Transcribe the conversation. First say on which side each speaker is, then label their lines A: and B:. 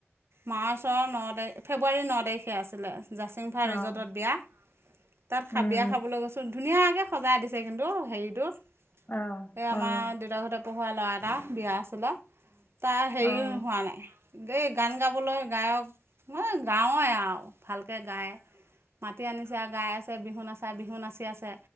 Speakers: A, on the right (about 75°); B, on the left (about 50°).
A: মাৰ্চৰ ন' তাৰিখ, ফেব্ৰুৱাৰীৰ ন' তাৰিখে আছিলে জাচিং ৰিজৰ্টত
B: অঁ
A: বিয়া তাত,
B: অঁ
A: বিয়া খাবলৈ গৈছো ধুনীয়াকে সজাই দিছে কিন্তু হেৰি টো,
B: অঁ অঁ
A: সেই আমাৰ
B: অঁ
A: দেউতাৰ ঘৰতে পঢ়োৱা ল'ৰা এটা বিয়া আছিলে। তাৰ হেৰি
B: অঁ
A: হোৱা নাই, এই গান গাবলৈ গায়ক মানে গাঁৱৰ এ আৰু ভালকে গাই মাতি আনিছে গাই আছে বিহু নাচা বিহু নাচি আছে